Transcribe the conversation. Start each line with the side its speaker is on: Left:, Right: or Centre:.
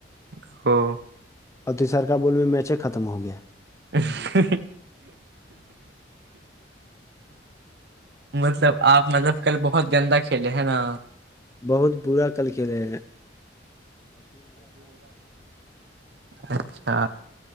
Right: ہمم
Left: اور تیسر کا بول میں میچے ہے ختم ہو گیا
Right: ھھھا مطلب آپ مطلب کل بہت گندہ کھیلے ہیں نا
Left: بہت برا کل کھیلے ہیں
Right: اچھا